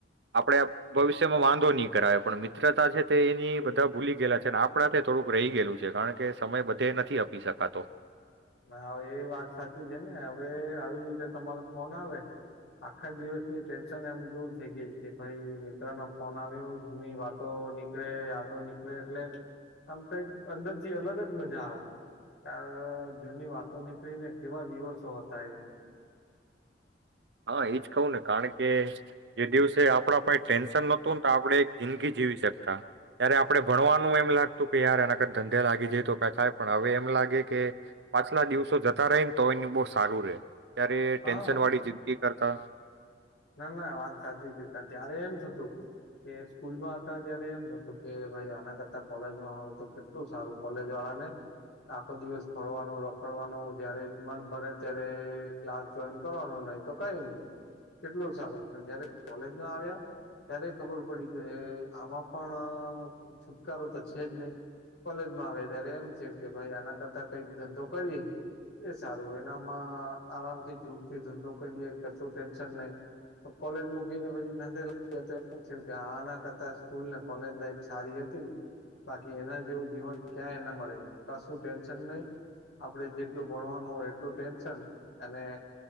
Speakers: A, on the right; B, on the left.
A: આપણે ભવિષ્યમાં વાંધો નહી કરાવે પણ મિત્રતા છે તે એની બધા ભૂલી ગયેલા છે અને આપણા તે થોડુંક રહી ગયેલું છે કારણ કે સમય બધે નથી આપી શકાતો.
B: હા એ વાત સાચી છે ને હવે આવી રીતે તમારો ફોન આવે આખા દિવસની ટેન્શન એમ દૂર થઈ ગઈ કે ભાઈ મિત્ર નો ફોન આવ્યો જૂની વાતો નીકળે યાદો નીકળે એટલે આમ કઈક અંદરથી અલગ જ મજા આવે ત જૂની વાતો નીકળીને કેવા દિવસો હતા એ.
A: હા એજ ખઉ ને કારણ કે જે દિવસે આપડા પાઈ ટેન્શન નહોતું ને તો આપડે જિંદગી જીવી શકતા ત્યારે આપડણે ભણવાનું એમ લાગતું કે યાર એના કર ધંધે લાગી જાય તો ક થાય પણ હવે એમ લાગે કે પાછલા દિવસો જતા રહી ને તો એને બહુ સારું રે ત્યારે
B: હા
A: ટેન્શન વાળી જી કરતા.
B: ના ના વાત સાચી હતી ત ત્યારે એમ થતું કે સ્કૂલમાં હતા ત્યારે એમ થતું કે ભાઈ આના કરતા કોલેજમાં હોય તો કેટલું સારું કોલેજ વાળા ને આખો દિવસ ભરવાનું રખડવાનું જયારે મન ભરે ત્યારે ક્લાસ જોઈન કરવાનો નહી તો કઈ ન કેટલોું સારો પણ જયારે કોલેજમાં આવ્યા ત્યારે ખબર પડી કે આમાં પણ છુટકારો તો છે જ નહી કોલેજમાં આવે ત્યારે એમ છે કે ભાઈ આના કરતા કઈક ધંધો કરી એ સારો એનામાં આરામથી જોર થી ધંધો કરીએ કર લે મકીને પ ધ થ કે આ ના કરતા સ્કૂલને કોલેજ લાઈફ સારી હતી બાકી એના જેવું જીવન ક્યાં એના મળેશું ટેન્શન નહી આપડ જેટલું ભણવાનું હોય એટલું ટેન્શન અને